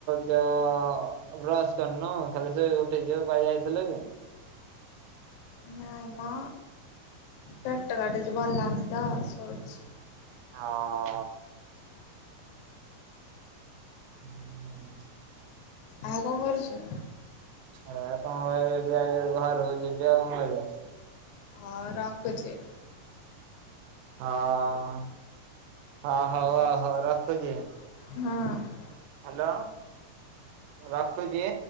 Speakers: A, on the right; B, on the left.
A: ଯୋଉ ବ୍ରଶ୍ କରିନୁ ଖାଲି ସେ ଗୋଟେ ଝିଅ କୁଆଡେ ଯାଇଥିଲେ କଣ
B: ନାଇଁ ମ ପେଟ କାଟୁଚି ଭଲ ଲାଗୁନି ତ ଶୋଇଛି।
A: ହଁ ଅଁ ହୁଁ ଉଁ
B: ଆଉ କଣ କରୁଛୁ?
A: ଏ କଣ କରିବି ଏଇଠି ଠିଆ ହେଇଚି ଘରକୁ ଯିବି ଆଉ କଣ କରିବି।
B: ହଁ ରଖୁଛି।
A: ହଁଅଁ ହଁ ହଉ ହଉ ରଖୁଛି।
B: ହୁଁ।
A: ହାଲୋ ରଖୁଛି।